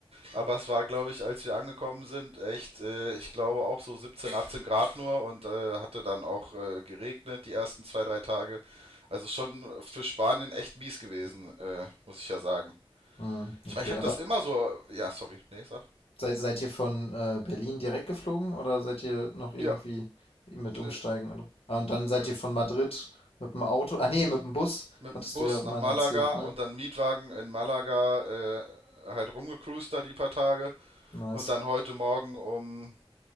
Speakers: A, on the right; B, on the left.
A: Aber es war, glaube ich, als wir angekommen sind, echt, äh, ich glaube auch so 17, 18 Grad nur und äh, hatte dann auch äh, geregnet die ersten zwei, drei Tage. Also schon für Spanien echt mies gewesen, äh, muss ich ja sagen.
B: Hm,
A: Ich
B: okay,
A: meine, ich habe
B: aber
A: das immer so. Ja, sorry, nee, sag.
B: seid, seid ihr von äh, Berlin direkt geflogen oder seid ihr noch irgendwie
A: Ja,
B: mit umsteigen?
A: nö,
B: Oder? Ah, und dann seid
A: nö.
B: ihr von Madrid mit dem Auto. Ah nee, mit dem Bus,
A: mit
B: hattest
A: dem Bus
B: du ja mal
A: nach Malaga
B: erzählt, ne?
A: und dann Mietwagen in Malaga äh, halt rumgecruised da die paar Tage
B: Nice.
A: und dann heute Morgen um